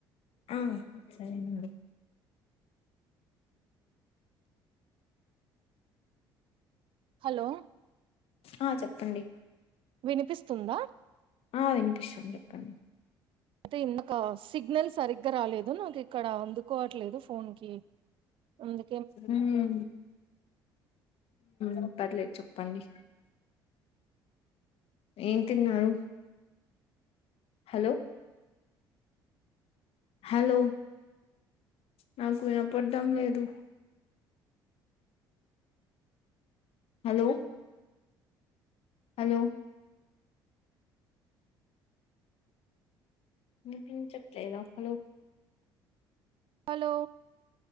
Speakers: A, on the left; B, on the right.
A: ఆ సరే నండి
B: హలో
A: ఆ చెప్పండి
B: వినిపిస్తుందా
A: ఆ వినిపిస్తుంద్ జొప్పండి
B: ఐతే ఇందుకో సిగ్నల్ సరిగ్గా రాలేదు నాకిక్కడ అందుకోవట్లేదు ఫోన్ కి ఉంది
A: హూ ఊ పర్లేద్ చొప్పండి ఏం తిన్నరు హలో హలో నాకు వినపడ్డం లేదు హలో హలో వినిపించట్లేదా హలో
B: హలో